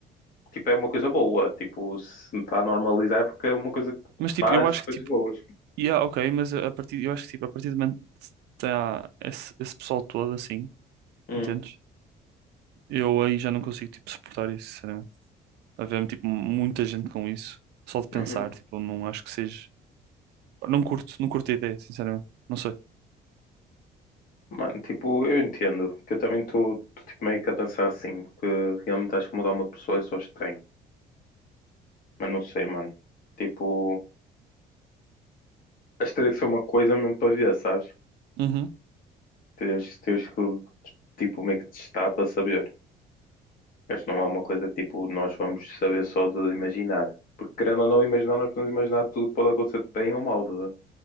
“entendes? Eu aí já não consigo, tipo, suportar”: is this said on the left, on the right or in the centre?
Right